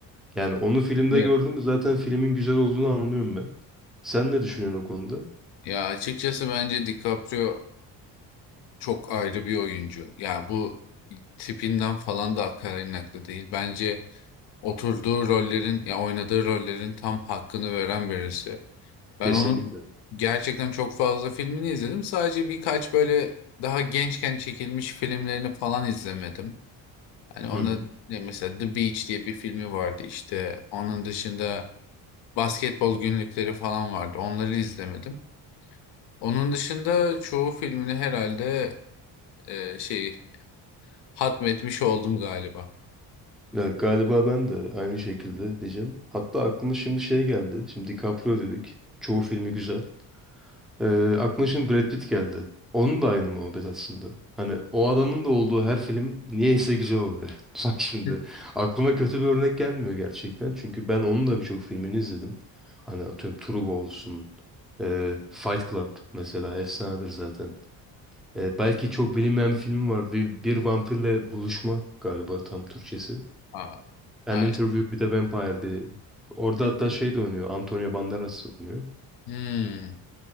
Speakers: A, in the centre; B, on the left (about 55°).
A: Yani onu filmde
B: Evet.
A: gördüm mü zaten filmin güzel olduğunu anlıyorum ben. Sen ne düşünüyorsun o konuda?
B: Ya açıkçası bence DiCaprio çok ayrı bir oyuncu. Ya bu tipinden falan da kaynaklı değil. Bence oturduğu rollerin ya oynadığı rollerin tam hakkını veren birisi. Ben
A: Kesinlikle.
B: onun gerçekten çok fazla filmini izledim. Sadece birkaç böyle daha gençken çekilmiş filmlerini falan izlemedim. Hani ona
A: Hı hı.
B: ne mesela The Beach diye bir filmi vardı işte. Onun dışında basketbol günlükleri falan vardı. Onları izlemedim. Onun dışında çoğu filmini herhalde e, şey hatmetmiş oldum galiba.
A: Ya galiba ben de aynı şekilde diyeceğim. Hatta aklıma şimdi şey geldi. Şimdi DiCaprio dedik. Çoğu filmi güzel. Ee, aklıma şimdi Brad Pitt geldi. Onun da aynı muhabbet aslında. Hani o adamın da olduğu her film niyeyse güzel oluyor. <laughs> Bak şimdi
B: Hı.
A: aklıma kötü bir örnek gelmiyor gerçekten. Çünkü ben onun da birçok filmini izledim. Hani atıyorum True olsun. e, Fight Club mesela efsanedir zaten. E, belki çok bilinmeyen bir filmi var. Bir, bir vampirle buluşma galiba tam Türkçesi.
B: Aa,
A: An
B: ha,
A: Interview
B: işte.
A: with a Vampire diye. Orada
B: Hı hı.
A: hatta şey de oynuyor. Antonio Banderas da oynuyor.
B: Hmm.